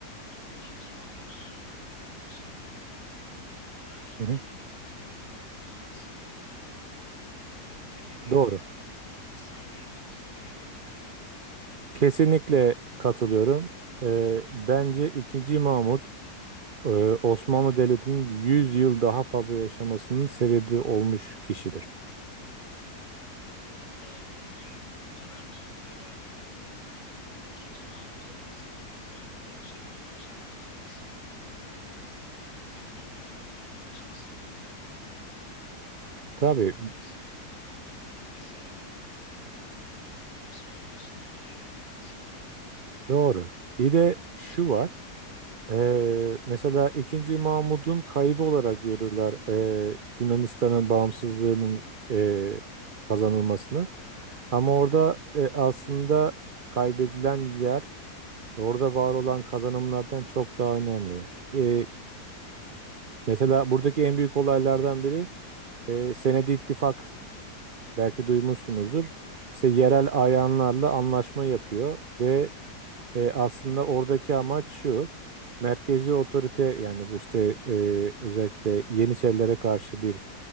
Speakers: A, on the left; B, on the right.
A: Şimdi ikinci Mahmut için modern Türkiye'nin
B: Hı hı.
A: temelini atan olmasa bile temelini
B: Doğru.
A: kazan insan diyebiliriz gibi geliyor bana.
B: Kesinlikle katılıyorum. Ee, bence ikinci Mahmut e, Osmanlı Devleti'nin 100 yıl daha fazla yaşamasının sebebi olmuş kişidir.
A: Hatta bugün modern Türkiye belki de ikinci Mahmut olması olmazdı. Onun Yeniçeri Ocağı'nı bitirmesi, reformların önünü açması, modern
B: Tabii
A: bürokrasi, mo- modern hukuk vesaire hepsi onun açtığı yolda ilerledi aslında.
B: doğru. Bir de şu var. Ee, mesela ikinci Mahmud'un kaybı olarak görürler e, Yunanistan'ın bağımsızlığının e, kazanılmasını. Ama orada e, aslında kaybedilen yer orada var olan kazanımlardan çok daha önemli. E, Mesela buradaki en büyük olaylardan biri e, Senedi ittifak belki duymuşsunuzdur.
A: Aynen.
B: İşte yerel ayanlarla anlaşma yapıyor ve e, aslında oradaki amaç şu. Merkezi otorite yani bu işte e, özellikle Yeniçerilere karşı bir